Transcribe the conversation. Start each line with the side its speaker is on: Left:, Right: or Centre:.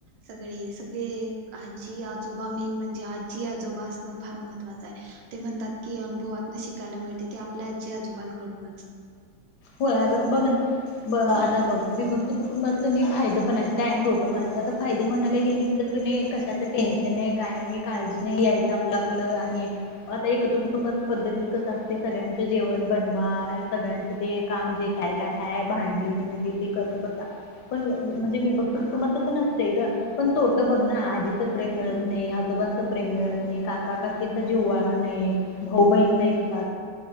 Right: सगळे सगळे आजी आजोबा मेन म्हणजे आजी आजोबा फार महत्वाचं आहे ते म्हणतात की अनुभवात शिकायला मिळते ते आपल्या आजी आजोबा न क कडूनच
Left: होय अग बघ ना ब आता बघ विभक्त कुटुंबात कधी फायद पण आहेत. काय अन तोटं पण आहेत. आता फायदा म्हणायला
Right: होय.
Left: गेली तर कणी कशाचं टेन्शन नाही काय नाही काळजी नाही यायचं आपलं आपलं आणि आता एकत्र कुटुंबात पद्धतीत कस असते सगळ्यांचं जेवण बनवा सगळ्यांचं ते काम जे काय काय हाय भांडी धुन हे ते करत बसा पण म्हणजे विभक्त कुटुंबात तसं नसतंय ग पण तोटं बघ ना आजी प्रेम मिळत
Right: हा.
Left: नाही आजोबांच प्रेम मिळत नाही. काका काकींचा जीव्हाळा नाही. भाऊ बहीण नाहीत.